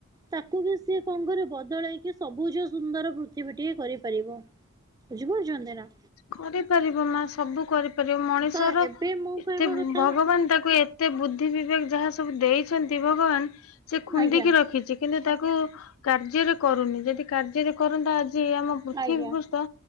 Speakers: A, on the right (about 20°); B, on the left (about 80°).
A: ତାକୁ ବି ସିଏ କଣ ଘରେ ଳକି ସବୁଜ ସୁନ୍ଦର ପୃଥିବୀ କିଏ କରିପାରିବ? ବୁଝି ପାରୁଛ? ସେରା
B: କରିପାରିବ ମା ସବୁ କରିପାରିବ ମଣିଷର
A: ତ ଏବେ ମୁଁ
B: ଏତେ
A: କହିବା କଥା
B: ଭଗବାନ ତାକୁ ତେ ବୁଦ୍ଧି ବିବେକ ଯାହା ସବୁ ଦେଇଛନ୍ତି ଭଗବାନ ସେ ଖୁନ୍ଦିକି
A: ଆଜ୍ଞା।
B: ରଖିଛି କିନ୍ତୁ ତାକୁ କାର୍ଯ୍ୟରେ କରୁନି ଯଦି କାର୍ଯ୍ୟରେ କରନ୍ତା ଯ ଆମ ପୃଥିବୀ
A: ଆଜ୍ଞା।
B: ପୃଷ